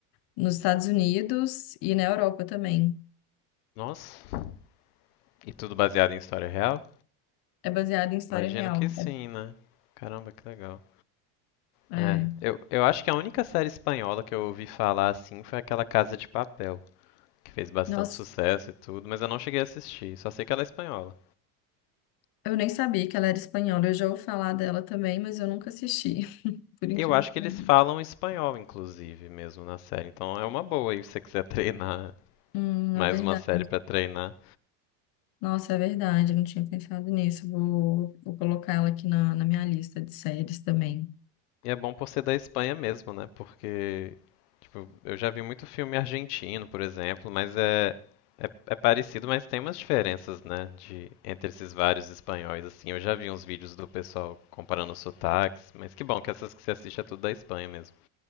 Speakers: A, on the left; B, on the left.
A: nos Estados Unidos e na Europa também.
B: Nossa. E tudo baseado em história real?
A: É baseado em história
B: Imagino
A: real.
B: que sim, né? Caramba, que legal.
A: É,
B: É,
A: é.
B: eu, eu acho que a única série espanhola que eu ouvi falar assim foi aquela Casa de Papel, que fez bastante
A: Nossa,
B: sucesso e tudo, mas eu não cheguei a assistir, só sei que ela é espanhola.
A: eu nem sabia que ela era espanhola. Eu já ouvi falar dela também, mas eu nunca assisti, <laughs> por incrível
B: Eu acho
A: que
B: que eles
A: pareça.
B: falam espanhol, inclusive, mesmo na série, então é uma boa aí se você quiser <laughs> treinar
A: Hum,
B: mais
A: é verdade.
B: uma série pra treinar.
A: Nossa, é verdade. Eu não tinha pensado nisso. Vou, vou colocar ela aqui na, na minha lista de séries também.
B: E é bom por ser da Espanha mesmo, né? Porque Tipo, eu já vi muito filme argentino, por exemplo, mas é, é, é parecido, mas tem umas diferenças, né, de, entre esses vários espanhóis, assim. Eu já vi uns vídeos do pessoal comparando os sotaques, mas que bom que essas que você assiste é tudo da Espanha mesmo.